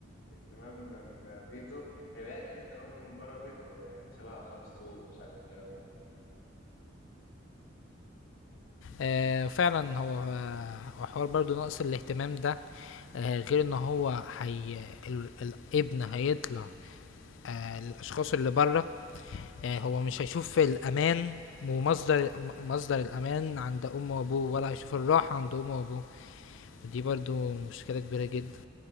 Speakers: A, on the left; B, on the left.
A: اهتمام من بيته هيلاقي اكيد اهتمام من بره بيته يعني شبه اصحاب السوق ومش عارف الكلام ده
B: آه فعلا هو آه وحوار برضو نقص الاهتمام ده آه غير ان هو هي ال- الابن هيطلع آه الاشخاص اللي بره آه هو مش هيشوف الامان ومصدر م- مصدر الامان عند امه وابوه ولا هيشوف الراحة عند امه وابوه دي برضو مشكلة كبيرة جدا